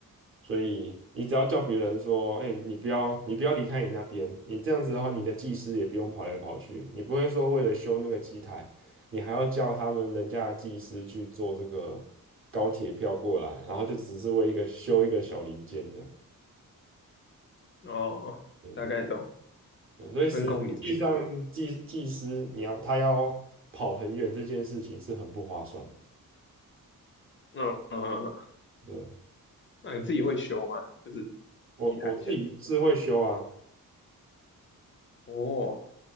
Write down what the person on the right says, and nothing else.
所以你只要叫别人说，哎、你不要你不要离开你那边，你这样子的话，你的技师也不用跑来跑去，你不会说为了修那个机台，你还要叫他们人家的技师去做这个高铁票过来，然后就只是为一个修一个小零件这样，
对
对，所以实际上技技师你要他要跑很远这件事情是很不划算的。
对，
我我自己是会修啊，